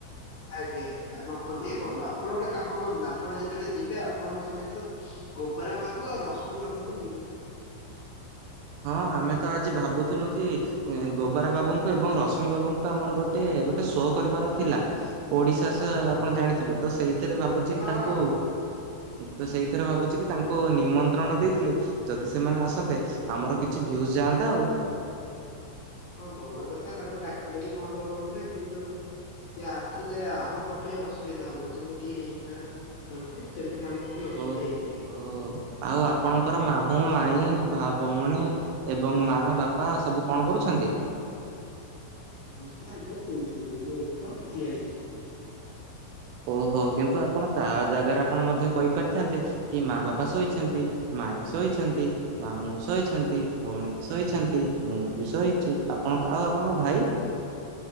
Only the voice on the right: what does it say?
ହଁ, ଆମେ ତ ଆଜି ଭାବୁଥିଲୁ କି ଗୋବରା ବାବୁଙ୍କୁ ଏବଂ ରଶ୍ମି ବାବୁଙ୍କୁ ଆମର ଗୋଟେ, ଗୋଟେ ଶୋ କରିବାର ଥିଲା ଓଡିଶା ସହ ଆପଣ ଜାଣିଥିବେ, ତ ସେଇଥିରେ ଭାବୁଚି
କି ତାଙ୍କୁ
ତ ସେଇଥିରେ ଭାବୁଚି କି ତାଙ୍କୁ ନିମନ୍ତ୍ରଣ ଦେଇଥିଲେ, ଯଦି ସେମାନେ ଆସନ୍ତେ ଆମର କିଛି ଭ୍ୟୁ ଯାଆନ୍ତା ଆଉ।
ଓ
ଓ ଆଉ ଆପଣଙ୍କର ମାମୁଁ ମାଇଁ ଭା ଭଉଣୀ ଏବଂ ମା ବାପା ସବୁ କଣ କରୁଛନ୍ତି?
ଓହୋ, କିନ୍ତୁ ଆପଣ ତା ଜାଗାରେ ଆପଣ ମଧ୍ୟ କହିପାରିଥାନ୍ତେ କି ମା ବାପା ଶୋଇଛନ୍ତି, ମାଇଁ ଶୋଇଛନ୍ତି ମାମୁଁ ଶୋଇଛନ୍ତି, ଭଉଣୀ ଶୋଇଛନ୍ତି, ମୁଁ ବି ଶୋଇଛି, ଆପଣ ଆଉ ଆପଣଙ୍କ ଭାଇ